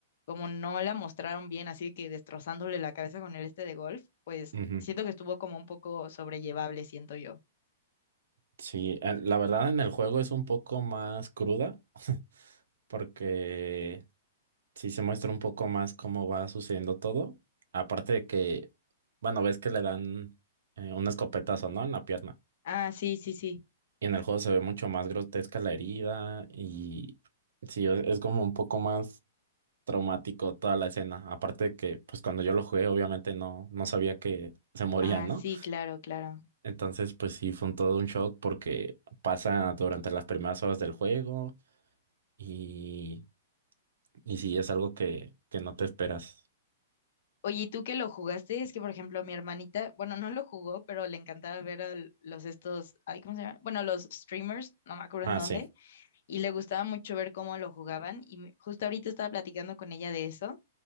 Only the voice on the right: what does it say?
Ujú.
Sí, eh, la verdad en el juego es un poco más cruda <laughs> porque sí se muestra un poco más cómo va sucediendo todo. Aparte de que, bueno, ves que le dan eh, un escopetazo, ¿no? En la pierna.
Y en el juego se ve mucho más grotesca la herida y sí, es, es como un poco más traumático toda la escena. Aparte de que, pues cuando yo lo jugué, obviamente no, no sabía que se moría,
¿no?
Entonces, pues sí, fue un todo un shock porque pasa durante las primeras horas del juego. Y, y sí, es algo que, que no te esperas.
Ah,
sí,